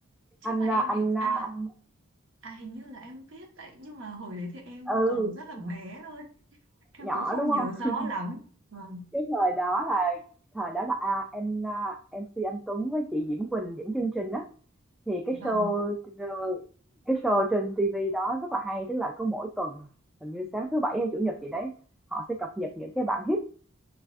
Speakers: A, on the right (about 70°); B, in the centre.
A: chắc
B: Anh
A: là em
B: anh anh,
A: thì à
B: anh
A: à hình như là em biết đấy, nhưng mà hồi đấy thì em
B: ừ,
A: còn rất là bé thôi, em
B: nhỏ
A: cũng không
B: đúng
A: nhớ
B: không?
A: rõ lắm. Vâng,
B: cái thời đó là thời đó là à, em à, MC Anh Tuấn với chị Diễm Quỳnh dẫn chương trình đó thì cái
A: vâng.
B: show ờ, cái show trên TV đó rất là hay tức là cứ mỗi tuần hình như sáng thứ bảy hay chủ nhật gì đấy họ sẽ cập nhật những cái bản hit